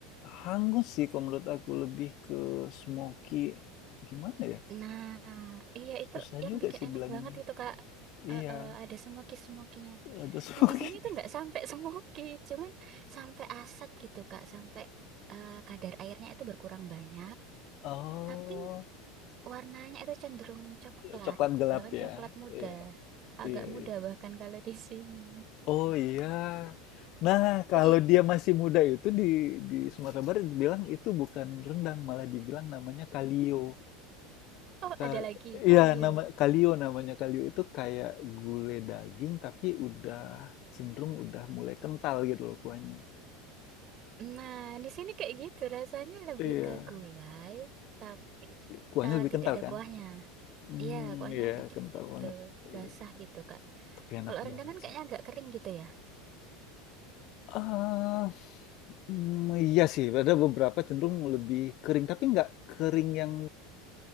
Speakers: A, on the left; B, on the right.
A: hangus sih kalau menurut aku lebih ke smoky gimana ya
B: Nah, iya itu
A: Susah
B: yang
A: juga
B: bikin
A: sih
B: enak
A: bilanginnya.
B: banget itu Kak.
A: Iya,
B: Eh, eh, ada semoki-semokinya.
A: ada smoky.
B: Nah, di sini tuh
A: <laughs>
B: nggak sampai <laughs> semoki, cuman sampai asat gitu Kak, sampai eh, kadar airnya itu berkurang banyak,
A: Oh,
B: tapi warnanya itu cenderung coklat,
A: coklat gelap
B: bahkan
A: ya?
B: coklat muda.
A: Iya,
B: Agak
A: iya,
B: muda
A: iya.
B: bahkan kalau di <laughs> sini.
A: Oh iya. Nah, kalau
B: Jadi,
A: dia masih muda itu di di Sumatera Barat dibilang itu bukan rendang, malah dibilang namanya kalio.
B: oh
A: Ka-
B: ada lagi kalio.
A: Iya, nama kalio namanya kalio itu kayak gulai daging tapi udah cenderung udah mulai kental gitu loh kuahnya.
B: Nah, di sini kayak gitu rasanya lebih
A: Iya,
B: ke gulai, tapi
A: kuahnya
B: eh,
A: lebih
B: tidak
A: kental
B: ada
A: kan?
B: kuahnya.
A: Hmm,
B: Iya, kuahnya
A: iya,
B: dikit
A: kental
B: gitu,
A: banget. Iya,
B: basah gitu, Kak.
A: tapi enak
B: Kalau rendang
A: banget.
B: kan kayaknya agak kering gitu ya.
A: Eee, mmm, iya sih, ada beberapa cenderung lebih kering, tapi nggak kering yang,